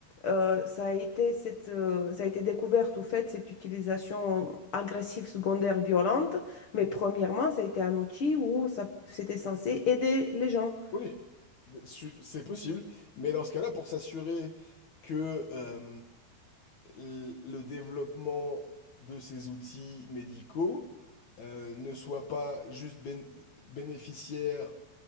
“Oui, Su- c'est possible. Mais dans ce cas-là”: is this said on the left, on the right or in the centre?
Left